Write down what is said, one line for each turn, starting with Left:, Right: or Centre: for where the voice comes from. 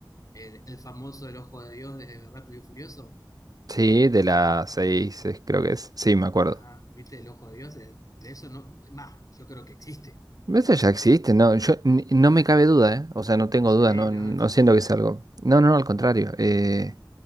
Left: el, el famoso El Ojo de Dios de Rápido y Furioso,
Right: Sí, de las seis, eh, creo que es. Sí, me acuerdo.
Left: ajá, viste, El Ojo de Dios, de, de eso no, más, yo creo que existe, no,
Right: Eso ya existe,
Left: no,
Right: no, yo ni- no me cabe duda, ¿eh? O sea, no tengo
Left: sí,
Right: duda, no,
Left: no,
Right: no siento que es algo. No, no, no, al contrario. eh,